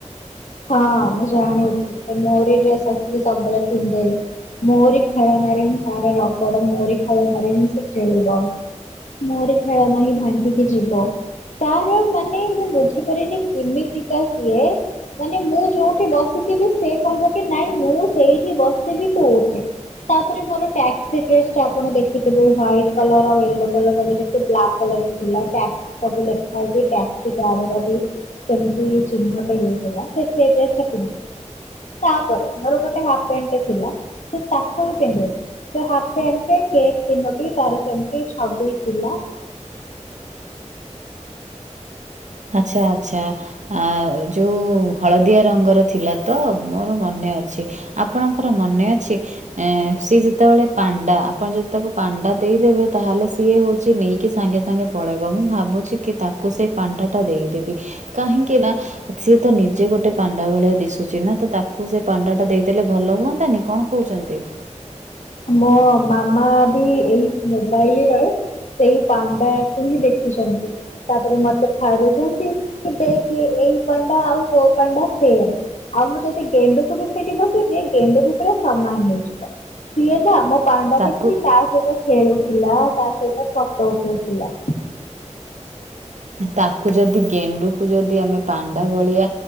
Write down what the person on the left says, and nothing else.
ହଁ ମୁଁ ଜାଣିଛି ସେ ମୋରି ଡ୍ରେସ୍ ଆସିକି ସବୁବେଳେ ପିନ୍ଧେ। ମୋରି ଖେଳନାରେ ହିଁ ତାର ରକଡ ମୋରି ଖେଳନରେ ହିଁ ସେ ଖେଳିବ। ମୋର ଖେଳ ନାହିଁ ଭାଙ୍ଗିକି ଯିବ। ତାର ମାନେ ମୁଁ ବୁଝିପାରିନି କେମିତିକା ସିଏ? ମାନେ ମୁଁ ଯୋଉଠି ବସିଥିବି ସେ କହିବ କି ନାଇଁ ମୁଁ ସେଇଠି ବସିବି ତୋଠି। ତାପରେ ମୋର ଟ୍ୟାକ୍ସି ଡ୍ରେସ୍ ଟା ଆପଣ ଦେଖିଥିବେ ହ୍ୱାଇଟ କଲର ଆଉ ୟେଲୋ କଲରହରେ ଟିକେ ବ୍ଲାକ୍ କଲର। ଥିଲା ଟକ୍ସ ସବୁ ଲେଖା ହେଇଛି ଟ୍ୟାକ୍ସ ଗାଡିର ବି ସେମିତି ଚିହ୍ନଟ ହେଇଛି। ସେ ସେଡ ଟା ତାପରେ ମୋର ଗୋଟେ ହାଫ ପ୍ୟାଣ୍ଟ ଥିଲା ସେ ତାକୁ ବି ପିନ୍ଧଥିଲା। ସେ ତିନୋଟି ତାର ସେମିତି ଛବିଶ ଥିଲା।
ମୋ ମାମା ବି ଏଇ ମୋବାଇଲ ରେ ସେଇ ପାଣ୍ଡାକୁ ହିଁ ଦେଖୁଛନ୍ତି। ତାପରେ ମତେ ଠାରୁଛନ୍ତି କି ଦେଖ ଏଇ ପାଣ୍ଡା ଆଉ ତୋ ପାଣ୍ଡା ସେମ୍। ଆଉ ମୁଁ ଯଦି ଗେଣ୍ଡୁକୁ ବି ସେଇଠି ବସେଇଦିଏ ଗେଣ୍ଡୁ ବି ପୁରା ସମାନ ହେଇଯିବ। ସିଏ ନା ମୋ ପାଣ୍ଡା
ଦେଖିକି ତା ସହିତ ଖେଳୁଥିଲା ତା ସହିତ ଫଟୋ ଉଠଉଥିଲା।